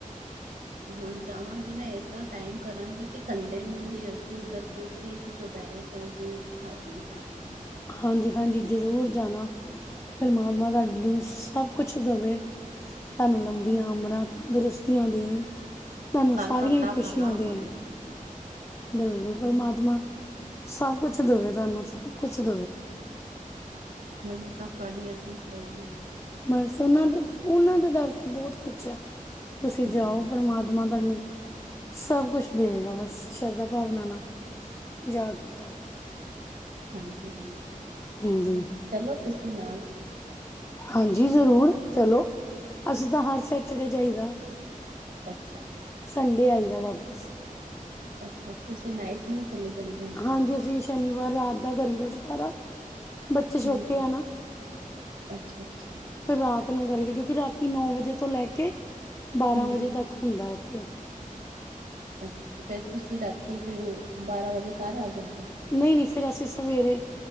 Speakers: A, on the right (about 85°); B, on the left (about 20°).
A: ਹੁਣ ਜਾਵਾਂਗੇ ਨਾ, ਐਸਾ ਟਾਈਮ ਕਰਾਂਗੇ, ਕਿ ਸੰਡੇ ਨੂੰ ਹੀ ਅਸੀਂ ਉੱਧਰ ਪਹੁੰਚੇ। ਕਿ, ਚੌਪਹਿਰਾ ਸਾਹਿਬ ਵੀ ਦੀ ਹਾਜ਼ਰੀ ਭਰ ਲਾ।
B: ਹਾਂਜੀ- ਹਾਂਜੀ, ਜ਼ਰੂਰ ਜਾਣਾ, ਪ੍ਰਮਾਤਮਾ ਤੁਹਾਨੂੰ ਸਭ ਕੁਛ ਦੇਵੇ, ਤੁਹਾਨੂੰ ਲੰਬੀਆਂ ਉਮਰਾਂ, ਤੰਦਰੁਸਤੀਆਂ ਦੇਣ। ਤੁਹਾਨੂੰ
A: ਸਰਬਤ
B: ਸਾਰੀਆਂ ਹੀ,
A: ਦਾ
B: ਖੁਸ਼ੀਆਂ
A: ਭਲਾ
B: ਦੇਣ।
A: ਹੋਏ
B: ਬਿਲਕੁਲ ਪ੍ਰਮਾਤਮਾ, ਸਬ ਕੁਛ ਦਵੇ ਤੁਆਨੂੰ ਸਭ ਕੁਛ <unintelligible>
A: ਕਿਉਂ ਨੀ, ਸਭ ਤੁਹਾਡੀ ਅਸੀਂਸਾਂ ਨੇ।
B: ਬਸ ਉਹਨਾਂ ਦੇ, ਉਹਨਾਂ ਦੇ ਦਰ ਤੇ, ਬਹੁਤ ਕੁਛ ਹੈ, ਤੁਸੀਂ
A: ਹੂੰ
B: ਜਾਓ। ਪਰਮਾਤਮਾ ਤਾਨੂੰ ਸਭ ਕੁਛ ਦੇਗਾ, ਬਸ ਸ਼ਰਧਾ ਭਾਵਨਾ ਨਾਲ। ਜਾ ਕੇ ਆਓ।
A: ਹਾਂਜੀ- ਹਾਂਜੀ,
B: ਹਾਂਜੀ
A: ਚਲੋ ਤੁਸੀਂ ਨਾਲ।
B: ਹਾਂਜੀ ਜ਼ਰੂਰ, ਚਲੋ ਅਸੀਂ ਤਾਂ ਹਰ ਸੈਚਰਡੇ ਜਾਈਦਾ।
A: ਅੱਛਾ।
B: ਸੰਡੇ, ਆਈ ਦਾ ਵਾਪਸ।
A: ਅੱਛਾ, ਤੁਸੀਂ ਨਾਈਟ ਨੂੰ <unintelligible>
B: ਹਾਂਜੀ, ਅਸੀਂ ਸ਼ਨੀਵਾਰ ਰਾਤ ਦਾ ਕਰੀ ਦਾ ਚੁਪੈਰਾ। ਬੱਚੇ ਸੋ਼ਟੇ
A: ਹੂੰ
B: ਆ ਨਾ।
A: ਅੱਛਾ ਅੱਛਾ
B: ਫੇਰ ਰਾਤ ਨੂੰ ਕਰੀਦੀ, ਕਿਉਕਿ ਰਾਤੀ ਨੌ ਵਜੇ ਤੋਂ ਲੈ ਕੇ, ਬਾਰਾਂ
A: ਹੂੰ
B: ਵਜੇ
A: ਹੂੰ
B: ਤੱਕ ਹੁੰਦਾ ਓਥੇ।
A: ਅੱ ਫੇਰ ਤੁਸੀਂ ਰਾਤੀ ਫਿਰ, ਬਾਰਾਂ ਵਜੇ ਘਾਰ ਆ ਜਾਂਦੇ ਓ?
B: ਨਈ, ਨਈ ਫਿਰ ਅਸੀਂ ਸਵੇਰੇ